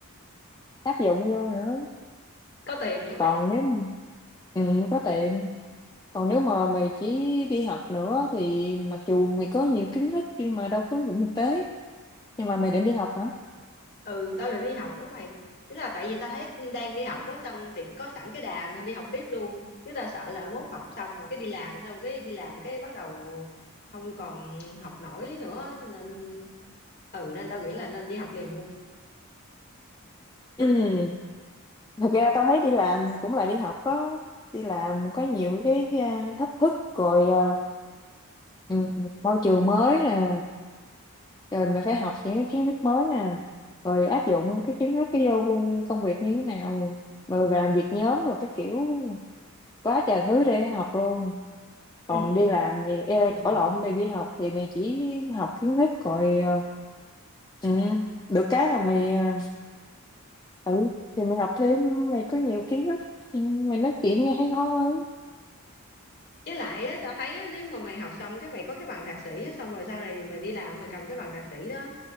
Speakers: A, on the left (about 15°); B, on the left (about 45°).
A: áp dụng vô nữa
B: có tiền nữa mày
A: còn nếu mà- ừ, có tiền còn nếu mà mày chỉ đi học nữa thì mặc dù mày có nhiều kiến thức nhưng mà đâu có ứng dụng thực tế nhưng mà mày định đi học hả
B: ừ tao định đi học quá mày tức là tại vì tao thấy đang đi học quá xong thì có sẵn cái đà nên đi học tiếp luôn chứ tao sợ là mốt học xong rồi cái đi làm xong cái đi làm cái bắt đầu không còn học nổi nữa nên ừ nên tao nghĩ là nên đi học liền luôn
A: ừ thật ra tao thấy đi làm cũng là đi học có đi làm có nhiều cái à, thách thức rồi à, ừm, môi trường mới nè rồi mình phải học những cái kiến thức mới nè rồi áp dụng cái kiến thức cái vô công việc như thế nào rồi làm việc nhóm rồi cái kiểu quá trời thứ để học luôn còn
B: ừ
A: đi làm mày ê,
B: Ừm
A: ở
B: hứm.
A: lộn mày đi học thì mày chỉ học kiến thức rồi ờ, ừ, được cái là mày ờ, ừ thì mày học thêm mày có nhiều kiến thức Ừ, mày nói chuyện nghe hay ho hơn
B: Với lại á, tao thấy á, nếu mà mày học xong cái mày có cái bằng thạc sĩ á, xong rồi sau này mày đi làm mày cầm cái bằng thạc sĩ đó,